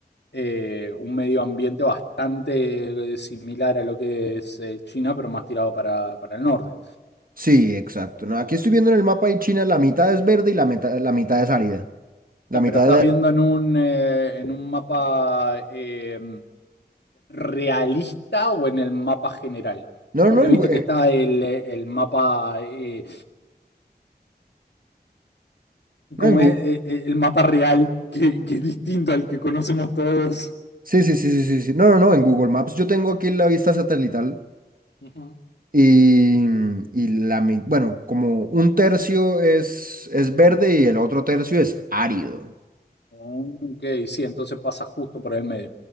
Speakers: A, on the left; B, on the right.
A: eh, un medio ambiente bastante eh, similar a lo que es eh, China, pero más tirado para, para el norte.
B: sí, exacto. No, aquí estoy viendo en el mapa y China la mitad es verde y la mitad, la mitad es árida. La
A: Eh,
B: mitad
A: pero estás
B: de...
A: viendo en un, eh, en un mapa eh, realista o en el mapa general.
B: No,
A: Porque
B: no, no, en,
A: viste
B: Gu- eh,
A: que está el, el mapa, eh,
B: no
A: como
B: en Google.
A: es Eh, eh, el mapa real, que, que es distinto al que conocemos todos.
B: Sí, sí, sí, sí, sí, sí. No, no, no, en Google Maps yo tengo aquí la vista satelital
A: Ujú.
B: y, y la... mi- Bueno, como un tercio es, es verde y el otro tercio es árido.
A: Ok, sí, entonces pasa justo por el medio.